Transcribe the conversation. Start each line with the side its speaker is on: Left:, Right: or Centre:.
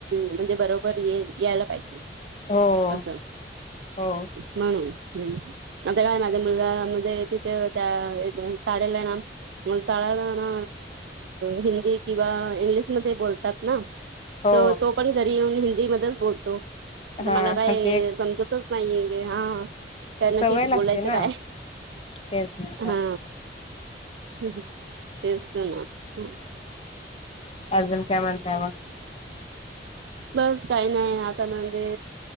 Right: म्हणजे बरोबर ये यायला पाहिजे
Left: हो
Right: अस
Left: हो
Right: म्हणून् आता काय माझ मुलगा म येतथ त्या शळेला आहे ना शडला ना हिंदी किंवा इंग्लिशमध्ये बोलतात ना
Left: हो
Right: तर तो तो पण घरी येऊन हिंदी मध्येच बोलतो
Left: हा
Right: मला काय
Left: ते
Right: समजतच नाहीे हा ह कर ना
Left: सवय
Right: क बोलायचं
Left: लागते ना
Right: काय
Left: तेच ना
Right: हा ह तेस्तना ह
Left: अजम काय म्हणताव
Right: बस काही नाही आता म्हणजे